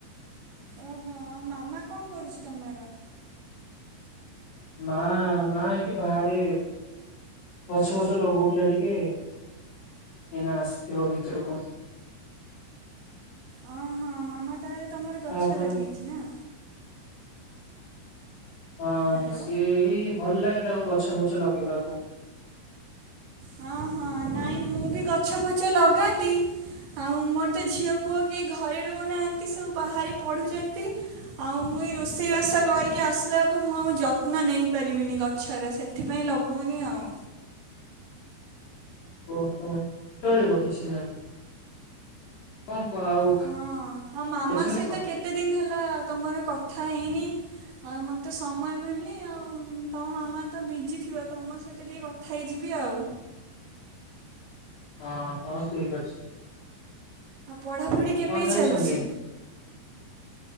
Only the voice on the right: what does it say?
ଓହୋ ଆଉ ମାମା କଣ କରୁଚି ତମର?
ହଁ ହଁ ମାମା ତହାଲେ ତମର
ଗଛ
ଲଗେଇଚି ନା।
ହ୍ୟାଲୋ
ହଁ ହଁ ନାଇଁ ମୁଁ ବି ଗଛ ଫଛ ଲଗାନ୍ତି ଆଉ ମୋର ତ ଝିଅ ପୁଅ କେହି ଘରେ ରହୁନାହାନ୍ତି ସବୁ ବାହାରେ ପଢ଼ୁଚନ୍ତି ଆଉ ମୁଁ ଏଇ ରୋଷେଇବାସ କରିକି ଆସିଲା କୁ ମୁଁ ଆଉ ଯତ୍ନ ନେଇପାରିବିନି ଗଛର ସେଥିପାଇଁ ଲଗୋଉନି ଆଉ।
ହଁ ଆ ମାମା
ସହିତ
କେତେ ଦିନ ହେଲା ତମର କଥା କଥା ହେଇନି ଆଉ ମୋତେ ସମୟ ମିଳନି ଆଉ ତମ ମାମା ତ ବିଜି ଥିବ ତମ ସହିତ ଟିକେ କଥା ହେଇଯିବି ଆଉ।
ଆଉ ପଢାପଢି କେମିତି
ଚାଲିଚି?